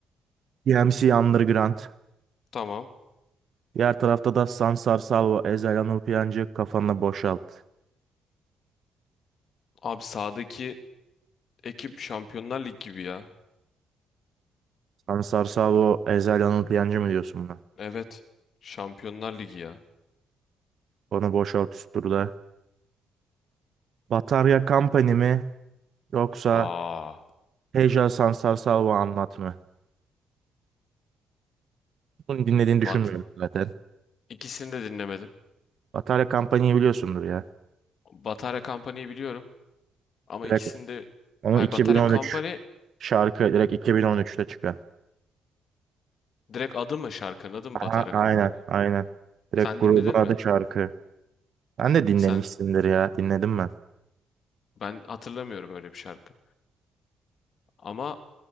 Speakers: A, on the right; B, on the left.
A: DMC Underground.
B: Tamam.
A: Diğer tarafta da Sansar Salvo, Ezel Anıl Piyancı kafanı boşalt.
B: Abi sağdaki ekip Şampiyonlar Ligi gibi ya.
A: Ansar Sabo, Ezel Anıl Piyancı mı diyorsun buna?
B: Evet. Şampiyonlar Ligi ya.
A: Onu boşalt üst turda. Batarya Company mi yoksa
B: Aa,
A: Heja Sansar Salvo anlat mı? Bunu dinlediğini
B: Bat.
A: düşünmüyorum zaten.
B: İkisini de dinlemedim.
A: Batarya Company'yi biliyorsundur ya.
B: Batarya Company'yi biliyorum ama
A: Direkt
B: ikisini de
A: onun
B: Ay
A: 2013
B: Batarya Company'nin
A: şarkı direkt 2013'te çıkan.
B: direkt adı mı şarkının adı mı
A: Aha,
B: Batarya
A: aynen
B: Company?
A: aynen. Direkt
B: Sen
A: grubun
B: dinledin mi?
A: adı şarkı. Ben de dinlemişsindir
B: Sen
A: ya. Dinledim ben.
B: ben hatırlamıyorum öyle bir şarkı. Ama